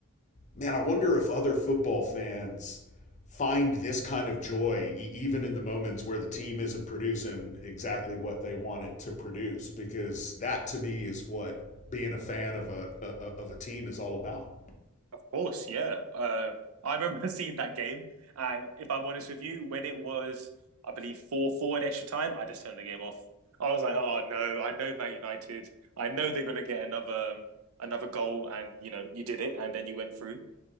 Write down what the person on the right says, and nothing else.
course, yeah. Uh, I remember <laughs> seeing that game, and if I'm honest with you, when it was, I believe four four in extra time, I just turned the game off. I was like, oh no, I know Man United. I know they're gonna get another um, another goal, and you know you did it, and then you went through.